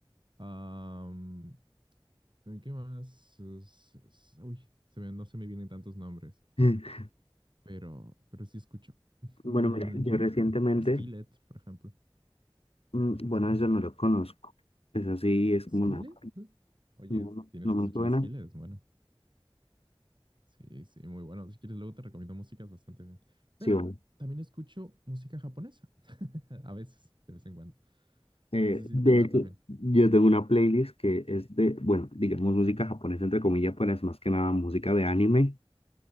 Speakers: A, on the right; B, on the left.
A: Am, ¿qué más? Es- es- uy, se me- no se me vienen tantos nombres,
B: <laughs>
A: pero, pero sí escucho. <laughs> Ujú.
B: Bueno, mira, yo recientemente,
A: Skillet, por ejemplo.
B: mm, bueno, eso no lo conozco. Es así, es
A: Skillet,
B: como una,
A: ¿no? Oye,
B: no,
A: es-
B: no
A: tienes
B: no
A: que
B: me
A: escuchar
B: suena.
A: Skillet, es bueno. Sí, sí, muy bueno. Si quieres, luego te recomiendo músicas bastante bien. Pero
B: Sí, bueno.
A: también escucho música japonesa. <laughs> A veces, de vez en cuando.
B: Eh,
A: No sé si
B: de
A: te va
B: hecho,
A: también.
B: yo tengo una playlist que es de, bueno, digamos música japonesa, entre comillas, pero es más que nada música de anime.